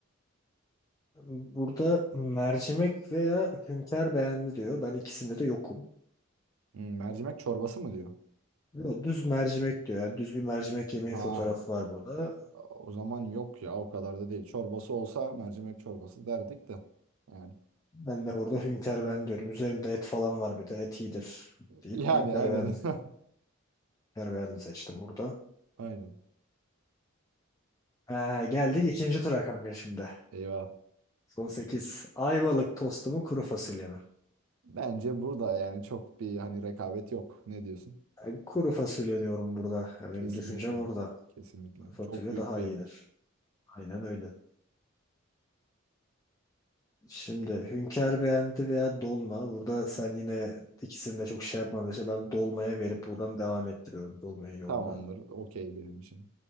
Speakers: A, on the left; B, on the right.
A: Burada mercimek veya hünkâr beğendi diyor. Ben ikisinde de yokum.
B: Hmm, mercimek çorbası mı diyor?
A: Yo, düz mercimek diyor. Yani düz bir mercimek yemeği
B: Ha
A: fotoğrafı var burada.
B: O zaman yok ya o kadar da değil. Çorbası olsa mercimek çorbası derdik de. Yani
A: Ben de burada hünkâr beğendi diyorum. Üzerinde et falan var bir de et iyidir deyip
B: yani
A: hünkâr
B: aynen.
A: beğendi.
B: <laughs>
A: Hünkâr beğendi seçtim burada.
B: Aynen.
A: Ee, geldik ikinci tura kanka şimdi.
B: Eyvah.
A: Son 8 Ayvalık tostu mu kuru fasulye mi?
B: Bence burada yani çok bir hani rekabet yok. Ne diyorsun?
A: Ben kuru fasulye diyorum burada. Ya benim
B: Kesinlikle.
A: düşüncem orada.
B: Kesinlikle.
A: Kuru fasulye
B: Çok büyük
A: daha
B: bir
A: iyidir.
B: yemek.
A: Aynen öyle. Şimdi Hünkar beğendi veya dolma. Burada sen yine ikisini de çok şey yapmadın. İşte ben dolmaya verip buradan devam ettiriyorum dolmayı yoluna.
B: Tamamdır. Okey benim için.